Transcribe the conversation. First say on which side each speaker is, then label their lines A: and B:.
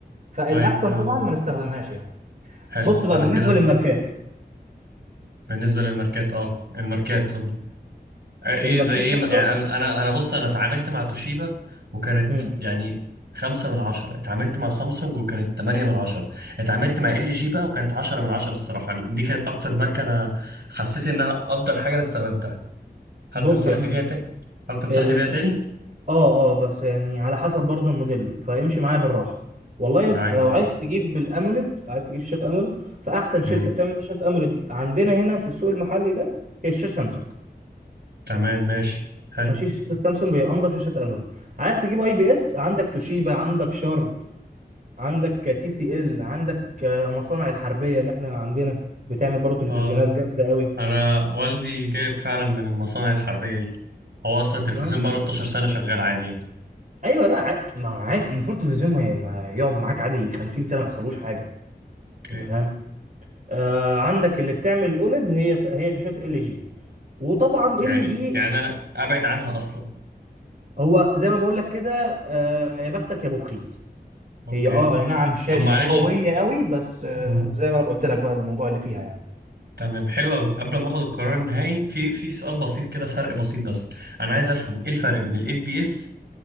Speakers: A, on the right (about 50°); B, on the right (about 75°).
A: فالاحسن
B: طيب آه،
A: طبعا ما نستخدمهاش يعني
B: حلو
A: بص بقى
B: انا
A: بالنسبه
B: كده
A: للماركات
B: بالنسبه للماركات اه الماركات ايه
A: الماركات
B: زي ايه
A: نفسها
B: م- يعني انا انا أنا بص انا اتعاملت مع توشيبا وكانت
A: امم
B: يعني خمسة من عشرة اتعاملت مع سامسونج وكانت تمانية من عشرة اتعاملت مع ال جي بقى وكانت عشرة من عشرة الصراحة دي كانت اكتر ماركة انا حسيت انها افضل حاجة انا استخدمتها هل
A: بص
B: تنصحني
A: يا
B: بيها تاني هل تنصحني
A: اسطى
B: بيها تاني
A: اه اه بس يعني على حسب برضو الموديل فامشي معايا بالراحه والله
B: معاك
A: لسه
B: بالراحة
A: لو عايز تجيب الاموليد عايز تجيب شاشات اموليد فاحسن شركه
B: امم
A: بتعمل شاشات اموليد عندنا هنا في السوق المحلي ده هي شاشه سامسونج
B: تمام ماشي حلو
A: ماشي سامسونج هي انضف شاشات اموليد عايز تجيب اي بي اس عندك توشيبا عندك شارب عندك تي سي ال عندك آه، مصانع الحربيه اللي احنا عندنا بتعمل برضو تلفزيونات
B: اه
A: جامده قوي
B: انا والدي جايب فعلا من المصانع الحربية دي هو اصلا التلفزيون
A: تمام
B: بقاله 12 سنة شغال عادي يعني
A: ايوه لا ع- ما عاد المفروض التلفزيون ما ما يقعد معاك عادي 50 سنه ما يحصلوش حاجه
B: اوكي
A: انت فاهم آه، عندك اللي بتعمل اوليد هي هي شاشات ال جي وطبعا
B: يعني
A: ال جي
B: يعني انا ابعد عنها اصلا
A: هو زي ما بقول لك كده آه، يا بختك يا ابو بخيت
B: اوكي
A: هي اه اي نعم شاشه
B: طب معلش
A: قويه قوي بس آه،
B: مم.
A: زي ما انا قلت لك بقى الموضوع اللي فيها يعني
B: تمام حلو قوي قبل ما اخد القرار النهائي في في سؤال بسيط كده فرق بسيط بس انا عايز افهم ايه الفرق بين الاف بي اس